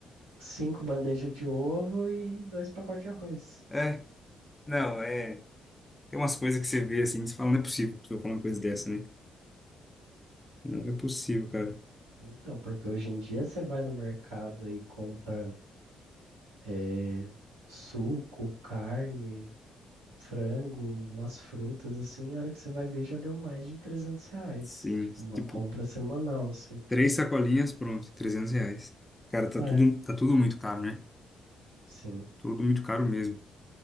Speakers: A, on the right; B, on the left.
A: cinco bandejas de ovo e dois pacotes de arroz.
B: É, não, é. Tem umas coisas que você vê assim, que você fala, não é possível que eu falar uma coisa dessa, né? Não é possível, cara.
A: Então, porque hoje em dia você vai no mercado e compra eh, suco, carne, frango, umas frutas assim, a hora que você vai ver já deu mais de 300 reais.
B: Sim,
A: Tipo, uma
B: tipo,
A: compra semanal, assim.
B: três sacolinhas, pronto, 300 reais. Cara, tá
A: É.
B: tudo, tá tudo muito caro, né?
A: Sim.
B: Tudo muito caro mesmo.